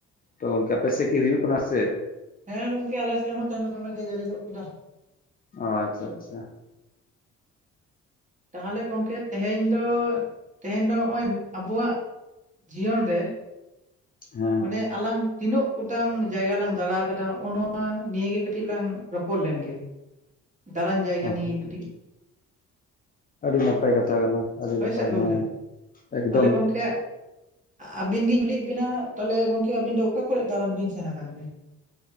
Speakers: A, on the left; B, on the right.
A: ᱛᱚ ᱜᱚᱝᱠᱮ ᱟᱯᱮᱥᱮᱜ ᱠᱤ ᱦᱩᱭᱩᱜ ᱠᱟᱱᱟ ᱥᱮ?
B: ᱦᱮᱸ ᱜᱚᱝᱠᱮ ᱟᱞᱮ ᱥᱮᱫ ᱦᱚᱸ ᱛᱮᱦᱮᱧ ᱫᱚ ᱫᱚᱢᱮ ᱜᱮ ᱡᱟᱹᱲᱤ ᱜᱚᱫ ᱠᱮᱫᱟ᱾
A: ᱟᱪᱪᱷᱟ-ᱟᱪᱪᱷᱟ
B: ᱛᱟᱦᱚᱞᱮ ᱜᱚᱢᱠᱮ ᱛᱮᱦᱮᱸᱧ ᱫᱚ ᱛᱮᱦᱮᱧ ᱫᱚ ᱱᱚᱜ-ᱚᱭ ᱟᱵᱚᱣᱟᱜ ᱡᱤᱭᱚᱱ ᱨᱮᱼᱼ
A: ᱦᱮᱸ
B: ᱢᱟᱱᱮ ᱟᱞᱟᱝ ᱛᱤᱱᱟᱹᱜ ᱜᱚᱴᱟᱝ ᱡᱟᱭᱜᱟ ᱞᱟᱝ ᱫᱟᱬᱟ ᱠᱟᱫᱟ ᱦᱚᱸᱜ-ᱚ ᱱᱚᱣᱟ ᱱᱤᱭᱟᱹᱜᱮ ᱠᱟᱹᱴᱤᱡ ᱞᱟᱝ ᱨᱚᱯᱚᱲ ᱞᱮᱱᱜᱮ᱾ ᱫᱟᱬᱟᱱ ᱡᱟᱭᱜᱟ
A: ᱟᱪᱪᱷᱟ
B: ᱱᱤᱭᱮ ᱠᱟᱹᱴᱤᱡᱼᱼ
A: ᱟᱹᱰᱤ ᱱᱟᱯᱟᱭ ᱠᱟᱛᱷᱟ ᱠᱟᱱᱟ ᱟᱹᱰᱤ
B: ᱦᱳᱭᱥᱮ
A: ᱱᱟᱯᱟᱭ
B: ᱜᱚᱝᱠᱮ
A: ᱦᱮᱸ ᱮᱠᱫᱚᱢ᱾
B: ᱛᱟᱦᱚᱞᱮ ᱜᱚᱝᱠᱮ ᱟᱹᱵᱤᱱ ᱜᱤᱧ ᱠᱩᱞᱤᱭᱮᱫ ᱵᱤᱱᱟᱜ ᱛᱟᱦᱚᱞᱮ ᱜᱚᱢᱠᱮ ᱟᱹᱵᱤᱱ ᱫᱚ ᱚᱠᱟ ᱠᱚᱨᱮᱫ ᱫᱟᱬᱟᱱ ᱵᱤᱱ ᱥᱮᱱᱠᱟᱱ ᱛᱮ?